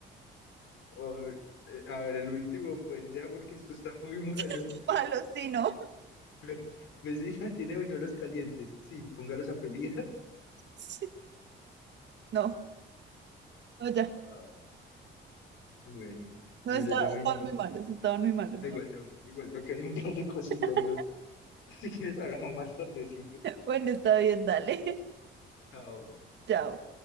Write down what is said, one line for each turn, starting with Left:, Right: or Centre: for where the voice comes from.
Left: O, eh, a ver, el último, pues ya, porque esto está muy <laughs> malo.
Right: <laughs> Malos, sí, no.
Left: Ve- Vecina, tiene buñuelos calientes. Sí, póngalos a pelear. <laughs>
Right: <laughs> No, no, ya.
Left: Ah, bueno.
Right: No,
Left: Bueno,
Right: está-
Left: yo también,
Right: estaban
Left: igual
Right: muy malos, estaban muy malos,
Left: igual
Right: no.
Left: tengo, igual tengo que hacer un par de cositas.
Right: <laughs>
Left: Yo, <laughs> si quieres, hablamos más tardecito.
Right: Bueno, está bien, dale.
Left: Chao.
Right: <laughs> Chao.